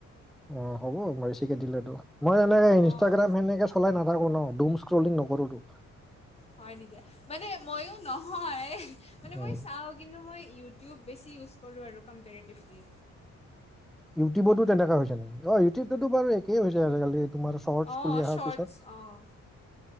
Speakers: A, in the centre; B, on the left (about 20°).
A: অ' হ'ব বেছিকে দিলেতো মই এনেকে ইনষ্টাগ্ৰাম
B: অঁ
A: সেনেকে চলাই নাথাকো ন' ডুম স্ক্ৰুলিং নকৰোটো।
B: হয় নেকি মানে মইও নহয় মানে
A: উম
B: মই চাওঁ কিন্তু মই ইউটিউব বেছি ইউজ কৰো আৰু কম্পেৰিটিভলি।
A: ইউটিউবতো তেনেকুৱা হৈছে নেকি। অ' ইউটিউব টোতো বাৰু একেই হৈছে আজিকালি। তোমাৰ শ্বৰ্টচ
B: অঁ
A: বুলি অহাৰ
B: শ্বৰ্টছ
A: পিছত।
B: অঁ